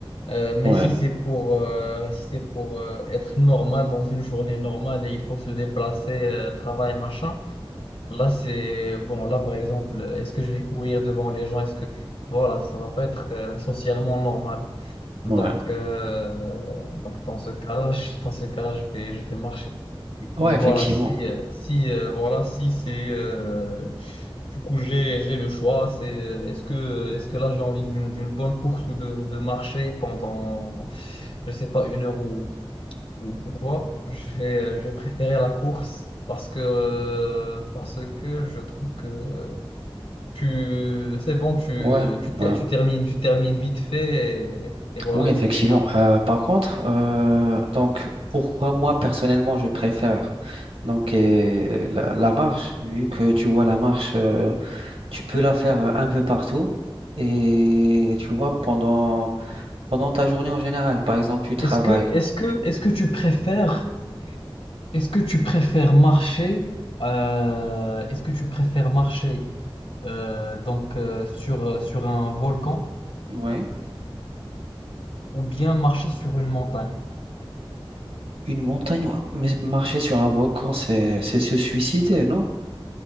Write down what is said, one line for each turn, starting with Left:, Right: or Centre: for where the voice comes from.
Left: Euh, mais
Right: ouais,
Left: si c'est pour, euh, si c'est pour euh, être normal dans une journée normale et il faut se déplacer, euh, travail, machin, là c'est bon. Là par exemple, euh, est-ce que je vais courir devant les gens? Est-ce que voilà, ça va pas être euh, socialement normal. Donc,
Right: ouais,
Left: euh, donc dans ce cas-là, <laughs> je- dans ce cas-là, je vais, je vais marcher.
Right: ouais,
Left: Mais
Right: effectivement,
Left: voilà, si, euh, si, euh, voilà, si c'est... euh, du coup, j'ai, j'ai le choix. C'est, euh, est-ce que, est-ce que là, j'ai envie d'une, d'une bonne course ou de, de marcher pendant, je sais pas, une heure ou, ou, ou quoi? Je vais, euh, je vais préférer la course parce que, euh, parce que je trouve que euh, tu, c'est bon, tu,
Right: ouais,
Left: tu, ter-
Right: ouais,
Left: tu termines, tu termines vite fait et, et voilà,
Right: oui,
Left: c'est
Right: effectivement.
Left: fini après.
Right: Euh, par contre, euh, donc, pourquoi moi personnellement je préfère donc euh, la, la marche, vu que tu vois la marche, euh, tu peux la faire euh, un peu partout et tu vois pendant pendant ta journée en général. Par exemple, tu travailles,
Left: Est-ce que, est-ce que, est-ce que tu préfères... Est-ce que tu préfères marcher, euh, est-ce que tu préfères marcher euh, donc euh, sur, euh, sur un volcan
Right: ouais.
Left: ou bien marcher sur une montagne?
Right: Une montagne, ouais. Mais marcher sur un volcan, c'est c'est se suicider, non?